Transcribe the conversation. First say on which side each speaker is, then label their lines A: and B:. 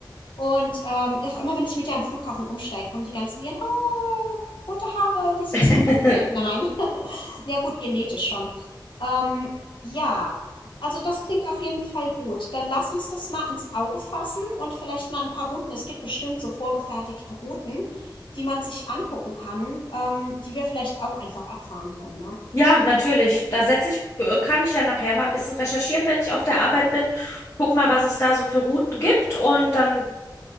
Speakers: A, on the left; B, on the left.
A: Und ähm, auch immer, wenn ich mit ihr am Flughafen umsteige, kommen die ganzen ihren, oh, rote Haare, wie süß,
B: <laughs>
A: kommt ihr von hier? Nein. <laughs> Ja gut, genetisch schon. Ähm, ja, also das klingt auf jeden Fall gut. Dann lass uns das mal ins Auge fassen und vielleicht mal ein paar Routen. Es gibt bestimmt so vorgefertigte Routen, die man sich angucken kann, ähm, die wir vielleicht auch einfach abfahren können, ne?
B: Ja, natürlich. Da setze ich, äh, kann ich ja nachher mal ein bisschen recherchieren, wenn ich auf der Arbeit bin. Guck mal, was es da so für Routen gibt und dann gucken